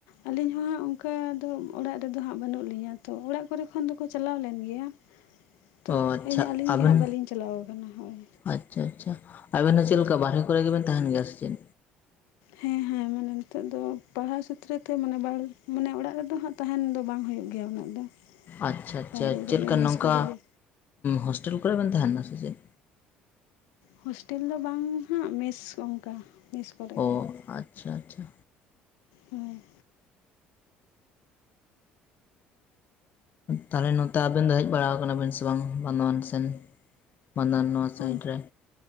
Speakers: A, on the left; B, on the left.
A: ᱟᱹᱞᱤᱧ ᱦᱚᱸ ᱦᱟᱸᱜ ᱚᱱᱠᱟ ᱫᱚ ᱚᱲᱟᱜ ᱨᱮᱫᱚ ᱦᱟᱸᱜ ᱵᱟᱹᱱᱩᱜ ᱞᱤᱧᱟᱹ ᱛᱚ ᱚᱲᱟᱜ ᱠᱚᱨᱮ ᱠᱷᱚᱱ ᱫᱚᱠᱚ ᱪᱟᱞᱟᱣ ᱞᱮᱱ ᱜᱮᱭᱟ
B: <inaudible>
A: ᱛᱚ <unintelligible>
B: ᱟᱪᱪᱷᱟ
A: ᱟᱹᱞᱤᱧ
B: ᱟᱵᱮᱱ
A: ᱜᱮ ᱦᱟᱸᱜ ᱵᱟᱹᱞᱤᱧ ᱪᱟᱞᱟᱣ ᱠᱟᱱᱟ ᱦᱳᱭ
B: ᱟᱪᱪᱷᱟ ᱟᱪᱪᱷᱟ ᱟᱵᱮᱱ ᱦᱚᱸ ᱪᱮᱫ ᱞᱮᱠᱟ ᱵᱟᱨᱦᱮ ᱠᱚᱨᱮ ᱜᱮᱵᱮᱱ ᱛᱟᱦᱮᱱ ᱜᱮᱭᱟ ᱥᱮ ᱪᱮᱫ
A: ᱦᱮᱸ ᱦᱮᱸ <unintelligible> <unintelligible> ᱱᱤᱛᱚᱜ ᱫᱚ ᱯᱟᱲᱦᱟᱣ ᱥᱩᱛᱨᱚ <unintelligible> ᱢᱟᱱᱮ ᱚᱲᱟᱜ ᱨᱮᱫᱚ ᱦᱟᱸᱜ ᱛᱟᱦᱮᱱ ᱫᱚ ᱵᱟᱝ ᱦᱩᱭᱩᱜ ᱜᱮᱭᱟ ᱩᱱᱟᱹᱜ ᱫᱚ
B: ᱟᱪᱪᱷᱟ ᱟᱪᱪᱷᱟ
A: ᱵᱟᱭᱨᱮ ᱨᱮᱜᱮ
B: ᱪᱮᱫ ᱠᱟᱱ
A: ᱢᱮᱥ
B: ᱱᱚᱝᱠᱟ
A: ᱠᱚᱨᱮ ᱜᱮ
B: ᱦᱳᱥᱴᱮᱞ ᱠᱚᱨᱮ ᱵᱮᱱ ᱛᱟᱦᱮᱱᱟ ᱥᱮ ᱪᱮᱫ
A: ᱦᱳᱥᱴᱮᱞ ᱫᱚ ᱵᱟᱝ ᱦᱟᱸᱜ ᱢᱮᱥ ᱚᱱᱠᱟ ᱢᱮᱥ ᱠᱚᱨᱮ
B: ᱚ
A: ᱜᱮ ᱦᱟᱸᱜ
B: ᱟᱪᱪᱷᱟ ᱟᱪᱪᱷᱟ
A: ᱦᱳᱭ
B: ᱛᱟᱦᱚᱞᱮ ᱱᱚᱛᱮ ᱟᱵᱮᱱ ᱫᱚ ᱦᱮᱡ ᱵᱟᱲᱟ ᱟᱠᱟᱱᱟᱵᱤᱱ ᱥᱮ ᱵᱟᱝ ᱵᱟᱸᱫᱷᱣᱟᱱ ᱥᱮᱱ ᱵᱟᱸᱫᱷᱣᱟᱱ ᱱᱚᱣᱟ ᱥᱟᱭᱤᱴ
A: ᱚᱱ
B: ᱨᱮ